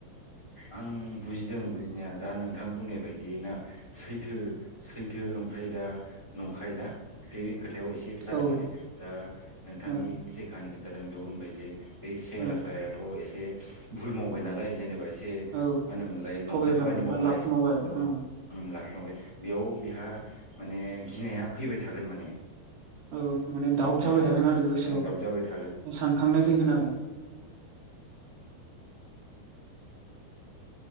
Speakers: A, on the left; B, on the right.
A: आं बुजिदों बुजिनाया दा नोंथां बुंनाय बायदियै ना सैथो सैथो ओमफ्राय दा नंखाय दा बे। खोथायाव एसे जादों
B: औ
A: माने दा नोंथांनि
B: ओ
A: जे खाहानि खिन्थादों बेयाव होनबाय जे। बे सेंग्रा
B: ओ
A: सायाथ' एसे भुल मावबाय नालाय जेनेबा एसे। एसे
B: औ
A: मा होनोमोनलाय नंखाय
B: थगायबाय
A: खामानि
B: बा
A: मावबाय
B: लाखुमाबाय
A: औ
B: ओ
A: ओं लाखुमाबाय। बेयाव बेहा माने गिनाया फैबाय थागोन माने।
B: औ माने
A: <unintelligible>
B: दाउट जाबाय थागोन आरो गोसोआव सानखांनाय
A: <unintelligible> <unintelligible> <unintelligible>
B: फैगोन आरो